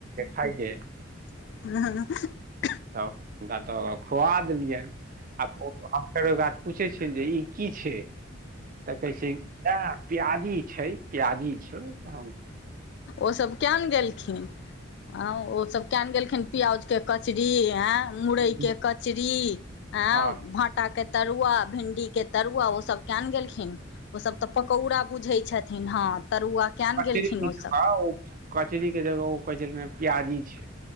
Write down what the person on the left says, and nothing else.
ह
ओसभ कयन गेलखिन हँ ओसभ कयन गेलखिन प्यज के कचरी एय मुरई
के कचरी ए
भाटा के तरुआ भिण्डीके तरुआ ओ सब कयन गेलखिन ओसभ तऽ पकौड़ा बुझैत छथिन हँ तरुआ किया ने
गेलखिन ओसभ